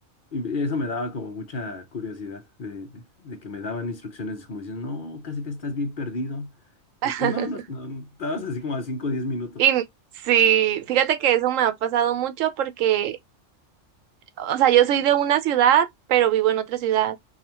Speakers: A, on the left (about 50°); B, on the right (about 85°).
A: y eso me daba como mucha curiosidad de, de- de que me daban instrucciones como diciendo, no, casi que estás bien perdido.
B: <laughs>
A: Y pues no, no, no, estabas así como a cinco o diez minutos.
B: Y sí, fíjate que eso me ha pasado mucho porque, o sea, yo soy de una ciudad, pero vivo en otra ciudad.